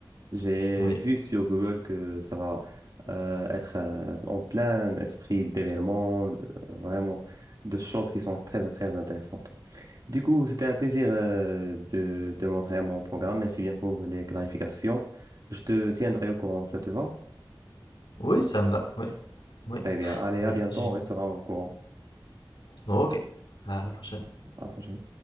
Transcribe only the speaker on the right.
J'ai
vu sur Google que ça va euh, être euh, en plein esprit d'événements, euh, vraiment de choses qui sont très, très intéressantes. Du coup, c'était un plaisir euh, de te montrer mon programme. Merci bien pour les clarifications. Je te tiendrai au courant, ça te va?
Très bien. Allez,
à bientôt.
On restera au courant.
À la prochaine.